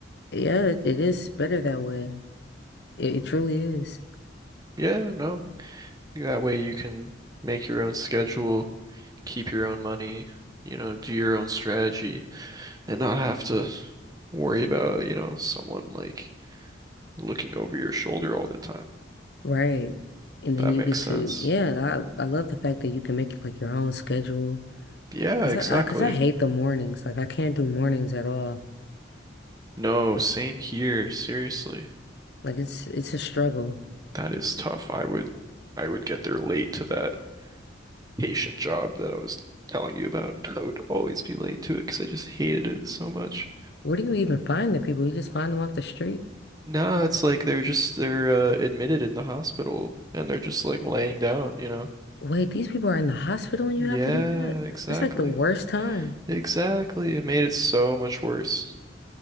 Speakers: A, on the left; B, on the right.
A: yeah, it, it is better that way. It, it truly is.
B: Yeah, no. That way you can make your own schedule, keep your own money, you know, do your own strategy and not have to worry about, you know, someone like looking over your shoulder all the time.
A: Right. And
B: That
A: then you
B: makes
A: get
B: sense.
A: to, yeah, and I I love the fact that you can make like your own schedule
B: Yeah,
A: because
B: exactly.
A: I, I cause I hate the mornings. Like I can't do mornings at all.
B: No, same here. Seriously.
A: Like it's it's a struggle.
B: That is tough. I would I would get there late to that patient job that I was telling you about. <laughs> I would always be late to it because I just hated it so much.
A: Where do you even find the people? You just find them off the street?
B: Nah, it's like they're just they're uh, admitted in the hospital and they're just like laying down, you know?
A: Wait, these people are in the hospital and
B: Yeah,
A: you have to do that?
B: exactly.
A: That's like the worst time.
B: Exactly. It made it so much worse.